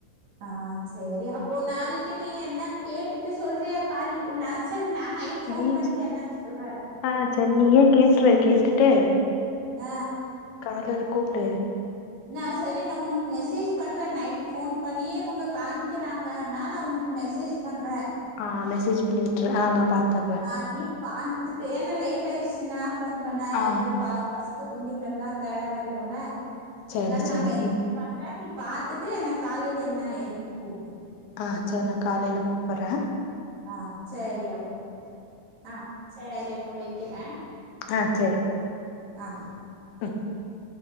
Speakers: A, on the right; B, on the left.
A: ஆ சேரி அப்போ நாளைக்கு நீ என்னன்னு கேட்டுட்டு சொல்றியா காலி நா செரி நா நைட் ஃபோன்
B: நீ
A: பண்டு என்னன்னு சொல்ற
B: ஆ சேர் நீயே கேட்ரு கேட்டுட்டு
A: ஆ
B: காலைல கூப்டு
A: நா செரி நா உனக்கு மெசேஜ் பண்ற நைட் ஃபோன் பண்ணியே உங்க காமிக்கிறாங்கன்னா நா உனக்கு மெசேஜ் பண்ற
B: ஆ மெசேஜ் பண்ணி விட்ரு அ நான் பாத்தற
A: அ நீ பாத்துட்டு ஏன்னா லேட் ஆயிடுச்சுன்னா ஃபோன் பண்ணா
B: ஆ
A: எடு ப பச ங்க தூக்கிட்டு இருந்தா டயர்டா ஆய்டும்ல
B: சரி
A: அதனால
B: சரி
A: நம்ம
B: நீ
A: சடார்ன்னு பாத்துட்டு எனக் காலையில என்ன ஏதுன் கூப்டு
B: ஆ சர் நா காலையில கூப்பறே
A: ஆ ச்சரி அப்ப ஆ ச்சரி அப்ப வெக்கற
B: ஆ சரி
A: ஆ
B: <inaudible>